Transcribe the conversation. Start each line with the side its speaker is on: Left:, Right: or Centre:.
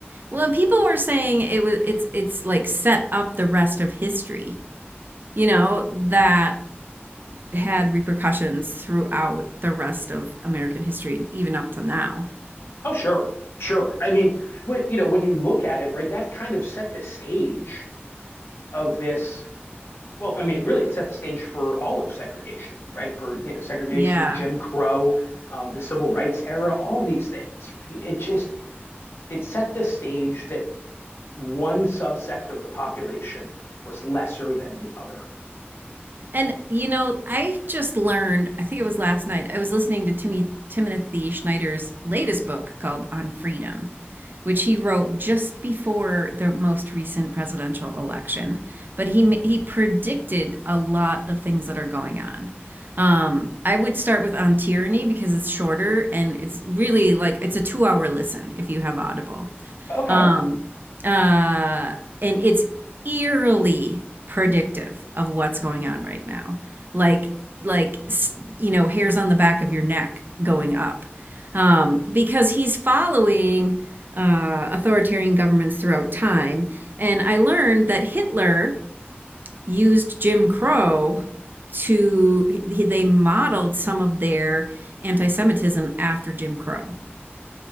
Right: Well, and people were saying it was it's it's like set up the rest of history, you know, that had repercussions throughout the rest of American history and even up to now.
Left: oh, sure, sure. I mean, wh- you know, when you look at it, right, that kind of set the stage of this. Well, I mean, really, it set the stage for all of segregation, right? For, you know, segregation,
Right: Yeah.
Left: Jim Crow, um, the civil rights era, all these things. right? It just, it set the stage that one subsect of the population was lesser than the other.
Right: And you know, I just learned, I think it was last night, I was listening to Timmy Timothy Schneider's latest book called On Freedom, which he wrote just before the most recent presidential election, but he he predicted a lot of things that are going on. Um, I would start with On Tyranny because it's shorter and it's really like it's a 2-hour listen if you have Audible.
Left: Okay.
Right: Um, uh, and it's eerily predictive of what's going on right now. Like, like s- you know, hairs on the back of your neck going up, um, because he's following uh, authoritarian governments throughout time. And I learned that Hitler used Jim Crow to he- they modeled some of their anti-Semitism after Jim Crow,